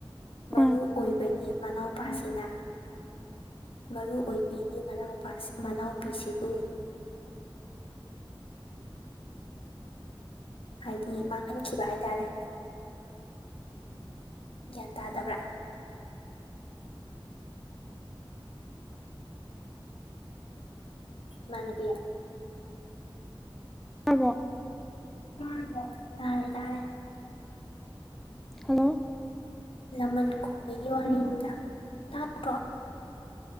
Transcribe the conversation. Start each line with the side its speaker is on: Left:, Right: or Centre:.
Left: ꯃꯔꯨ
Centre: ꯑꯥ
Left: ꯑꯣꯏꯕꯒꯤ ꯃꯅꯥꯎꯄꯥꯁꯤꯅ ꯃꯔꯨ ꯑꯣꯏꯕꯤꯒꯤ ꯃꯅꯥꯎꯄꯤꯁꯤꯕꯨ ꯍꯥꯏꯗꯤ ꯃꯥꯡꯍꯟꯈꯤꯕ ꯍꯥꯏꯇꯥꯔꯦ ꯒ꯭ꯌꯥꯟ ꯇꯥꯗꯕ꯭ꯔꯥ ꯏꯃꯥꯟꯅꯕꯤ
Centre: ꯇꯕꯣ
Left: ꯇꯥꯔꯕ‌ꯣ ꯇꯥꯔꯦ ꯇꯥꯔꯦ ꯫
Centre: ꯍꯜꯂꯣ
Left: ꯂꯃꯟ ꯈꯨꯝꯕꯒꯤ ꯋꯥꯔꯤꯗ ꯇꯥꯠꯇ꯭ꯔꯣ?